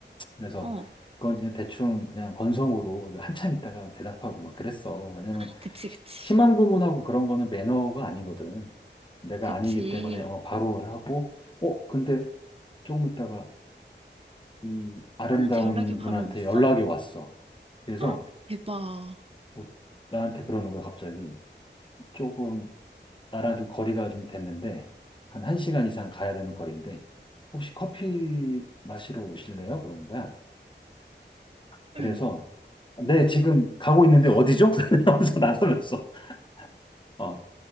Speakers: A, on the left (about 25°); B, on the right (about 30°).
A: 그래서
B: 어,
A: 그건 그냥 대충 그냥 건성으로 한참 있다가 대답하고 막 그랬어. 왜냐면
B: 아, 그치,
A: 시-
B: 그치,
A: 심한 구문하고 그런 거는 매너가 아니거든. 내가
B: 그치.
A: 아니기 때문에 어, 바로 하고 어 근데 조금 있다가 이 아름다운
B: 아빠한테 연락이 바로
A: 분한테
B: 왔어?
A: 연락이 왔어. 그래서
B: 아, 대박.
A: 뭐 나한테 그러는 거야 갑자기 조금 나랑 좀 거리가 좀 됐는데 한 1시간 이상 가야 되는 거리인데 혹시 커피 마시러 오실래요? 그러는 거야. 그래서,
B: 헐,
A: 네, 지금 가고 있는데 어디죠? <laughs> 하면서 나서면서, 어,